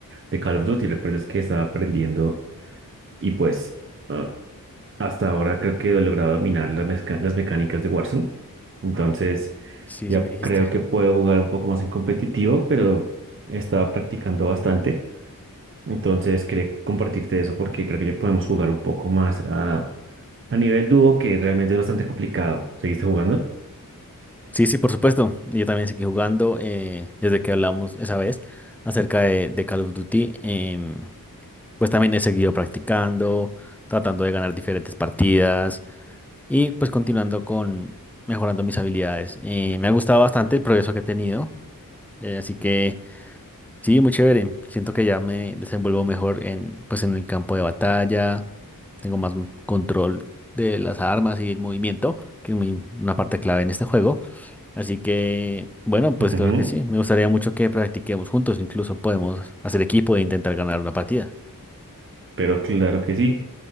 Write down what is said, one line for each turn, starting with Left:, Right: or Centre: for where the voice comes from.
Right: de Call of Duty. Recuerdas que estaba aprendiendo y pues ah, hasta ahora creo que he logrado dominar las mezca- las mecánicas de Warzone. Entonces
Centre: Sí,
Right: ya
Centre: sí, me dijiste.
Right: creo que puedo jugar un poco más en competitivo, pero estaba practicando bastante. Entonces quería compartirte eso porque creo que ya podemos jugar un poco más a, a nivel dúo, que realmente es bastante complicado. ¿Seguiste jugando?
Centre: Sí, sí, por supuesto. Yo también seguí jugando eh, desde que hablamos esa vez acerca de, de Call of Duty. em, pues también he seguido practicando, tratando de ganar diferentes partidas y pues continuando con mejorando mis habilidades. Eh, me ha gustado bastante el progreso que he tenido. eh, así que sí, muy chévere. Siento que ya me desenvuelvo mejor en, pues, en el campo de batalla tengo más m- control de las armas y el movimiento, que es muy, una parte clave en este juego. Así que, bueno, pues
Right: Ujú,
Centre: claro que sí, me gustaría mucho que practiquemos juntos, incluso podemos hacer equipo e intentar ganar una partida.
Right: pero claro que sí.